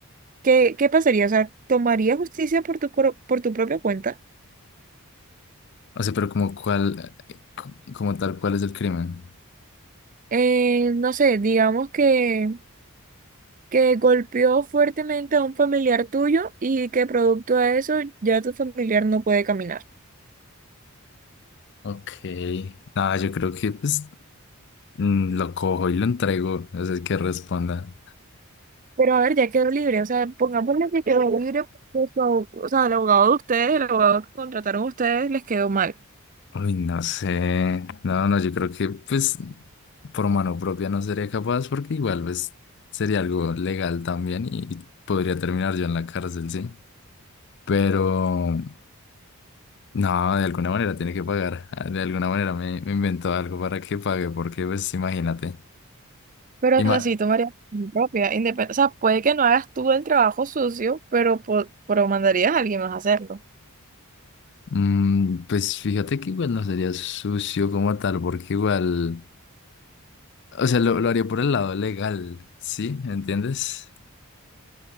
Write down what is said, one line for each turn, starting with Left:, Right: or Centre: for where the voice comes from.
Right: ¿Qué, qué pasaría? O sea, ¿tomaría justicia por tu, cor- por tu propia cuenta?
Left: O sea, pero como cuál, eh, co- como tal, ¿cuál es el crimen?
Right: Eh, no sé, digamos que, que golpeó fuertemente a un familiar tuyo y que producto de eso ya tu familiar no puede caminar.
Left: Ok. Nada, yo creo que pues mm, lo cojo y lo entrego. No sé qué responda.
Right: Pero a ver, ya quedó libre. O sea, pongámosle que quedó libre porque su abog- o sea, el abogado de ustedes, el abogado que contrataron ustedes, les quedó mal.
Left: Uy, no sé. No, no, yo creo que pues por mano propia no sería capaz porque igual pues sería algo legal también y podría terminar yo en la cárcel, sí. Pero No, de alguna manera tiene que pagar. Ah, De alguna manera me, me invento algo para que pague, porque pues imagínate.
Right: Pero,
Left: Ima-
Right: o sea, si tú harías tu propia independencia, o sea, puede que no hagas tú el trabajo sucio, pero, po- pero mandarías a alguien más a hacerlo.
Left: Mm, pues fíjate que igual no sería sucio como tal, porque igual, o sea, lo, lo haría por el lado legal, ¿sí? ¿Entiendes?